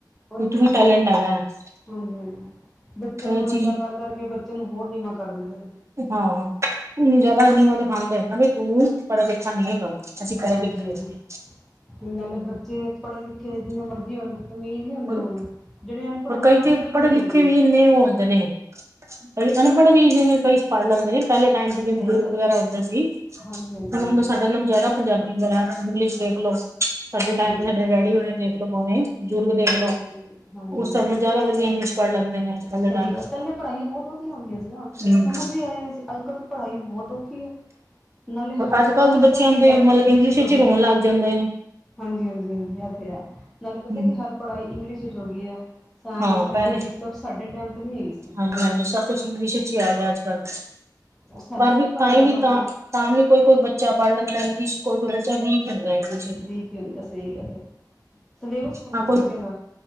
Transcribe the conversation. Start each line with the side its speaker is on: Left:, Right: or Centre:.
Centre: ਉਹੀ
Right: ਵੀ ਤੂੰ
Centre: ਤੇ।
Right: ਵੀ <unintelligible>
Centre: ਹਾਂਜੀ ਹਾਂਜੀ ਬੱਚੇ
Right: ਪਰ
Centre: ਨੂੰ
Right: ਇਹ ਚੀਜ਼
Centre: ਏਦਾਂ ਕਰ ਕਰਕੇ ਬੱਚੇ ਨੂੰ ਹੋਰ ਨੀਵਾਂ ਕਰ ਦਿੰਦੇ ਨੇ।
Right: ਹਾਂ ਉਹਨੂੰ ਜਿਆਦਾ ਨੀਵਾਂ ਦਿਖਾਦੇ ਨਾ ਬਈ ਤੂੰ ਪੜ੍ਹਿਆ ਲਿਖਿਆ ਨੀ ਹੈਗਾ। ਅਸੀਂ ਖੜੇ
Centre: ਹਾਂਜੀ
Right: ਕਿੱਥੇ
Centre: ਹਾਂਜੀ
Right: ਹੈਗੇ।
Centre: ਤੇ ਨਾਲੇ ਬੱਚੇ ਪੜ੍ਹੇ ਲਿਖੇ ਜਿੰਨੇ ਮਰਜ਼ੀ ਹੋਣ, ਤਮੀਜ਼ ਨਹੀਂ ਹੁੰਦੀ
Right: ਹੋਰ
Centre: ਉਹਨਾਂ ਨੂੰ ਜਿਹੜੇ ਅਨਪੜ੍ਹ
Right: ਹੋਰ
Centre: ਹੁੰਦੇ
Right: ਕਈ
Centre: ਨੇ ਉਹਨਾਂ ਨੂੰ
Right: ਤੇ
Centre: ਫਿਰ ਤਮੀਜ਼
Right: ਪੜ੍ਹੇ ਲਿਖੇ
Centre: ਹੁੰਦੀ
Right: ਵੀ
Centre: ਏ।
Right: ਇੰਨੇ ਉਹ ਹੁੰਦੇ ਨੇ ਕਈ ਅਨਪੜ੍ਹ ਵੀ ਜਿਵੇਂ ਕਈ, ਪੜ੍ਹ ਲੈਂਦੇ ਸੀ ਪਹਿਲੇ ਟਾਈਮ ਤੇ ਜਿਵੇਂ
Centre: ਸਹੀ
Right: ਬਜ਼ੁਰਗ
Centre: ਗੱਲ
Right: ਵਗੈਰਾ ਹੁੰਦੇ ਸੀ
Centre: ਹਾਂਜੀ ਹਾਂਜੀ
Right: ਹੁਣ-
Centre: ਹਾਂਜੀ
Right: ਹੁਣ ਤਾਂ ਸਾਡੇ ਨਾਲ ਜਿਆਦਾ ਪੰਜਾਬੀ ਵਗੈਰਾ ਇੰਗਲਿਸ਼ ਦੇਖ ਲੋੋ ਸਾਡੇ
Centre: ਹਾਂਜੀ
Right: ਟਾਈਮ
Centre: ਹਾਂਜੀ
Right: ਤੇ ਸਾਡੇ ਡੈਡੀ ਉਰੀ ਦੇਖਲੋ ਭਾਵੇਂ, ਦੇਖ
Centre: ਹਾਂਜੀ
Right: ਲਓ
Centre: ਹਾਂਜੀ ਹਾਂਜੀ
Right: ਉਸ
Centre: ਹਾਂਜੀ
Right: ਸਭ ਨਾਲ ਜ਼ਿਆਦਾ ਵਧੀਆ ਇੰਗਲਿਸ਼ ਪੜ੍ਹ ਲੈਂਦੇ ਨੇ ਅੱਜ ਕੱਲ ਦੇ
Centre: ਸਈ
Right: ਟਾਈਮ
Centre: ਗੱਲ, ਪਹਿਲੇ ਪੜ੍ਹਾਈਆਂ ਬਹੁਤ ਵਧੀਆ ਹੁੰਦੀਆਂ ਸੀ ਨਾ
Right: ਚ।
Centre: ਸਮਝ ਵੀ ਆ ਜਾਂਣੀ ਸੀ, ਅੱਜ ਕੱਲ੍ਹ ਤਾਂ ਪੜ੍ਹਾਈ ਵੀ ਬੋਤ ਔਖੀ ਏ ਨਾਲੇ ਹਰ
Right: ਅੱਜ
Centre: ਕੰਮ
Right: ਕੱਲ੍ਹ ਦੇ ਬੱਚਿਆਂ
Centre: ਸਭ ਪੰਜਾਬੀ
Right: ਦੇ ਮਤਲਬ
Centre: ਇੰਗਲਿਸ਼ ਚ
Right: ਵਿੱਚ
Centre: ਹੋ ਗਿਆ
Right: ਹੀ ਰੋਣ ਲੱਗ ਜਾਂਦੇ ਨੇ
Centre: ਹਾਂਜੀ ਹਾਂਜੀ ਹਾਂਜੀ ਏ ਤੇ ਹੈ, ਨਾਲੇ ਪਤਾ
Right: ਹਮ
Centre: ਕਿ ਹਰ ਪੜ੍ਹਾਈ ਇੰਗਲਿਸ਼ ਵਿੱਚ ਹੋ ਗਈ ਹੈ ਸਾਇੰਸ
Right: ਹਾਂ
Centre: ਸਮਾਜਿਕ
Right: ਪਹਿਲੇ
Centre: ਸਭ ਸਾਡੇ ਟਾਈਮ ਤੇ ਨਹੀਂ ਹੈਗੀ ਸੀ।
Right: ਹਾਂਜੀ ਹਾਂਜੀ ਸਭ ਕੁਛ ਇੰਗਲਿਸ਼ ਇੱਚ ਈ ਆ ਗਿਆ ਅੱਜ ਕੱਲ,
Centre: ਉਹ ਸਾਨੂੰ
Right: ਪਰ ਵੀ
Centre: ਔਖਾ
Right: ਤਾਂ
Centre: ਹੋ ਜਾਂਦਾ
Right: ਵੀ
Centre: ਪੜ੍ਹਨਾ
Right: ਤਾਂ ਤਾਂ ਵੀ ਕੋਈ ਕੋਈ ਬੱਚਾ ਪੜ੍ਹ ਲੈਂਦਾ ਇੰਗਲਿਸ਼, ਕੋਈ ਕੋਈ ਬੱਚਾ ਵੀਕ ਹੁੰਦਾ ਇੰਲਿਸ਼
Centre: ਵੀਕ ਈ ਹੁੰਦਾ, ਸਈ ਗੱਲ ਏ, ਸਲੇਬਸ ਬੋਤ
Right: ਹਾਂ
Centre: ਨਾ
Right: ਕੋਈ
Centre: ਬੱਚਿਆਂ ਦਾ,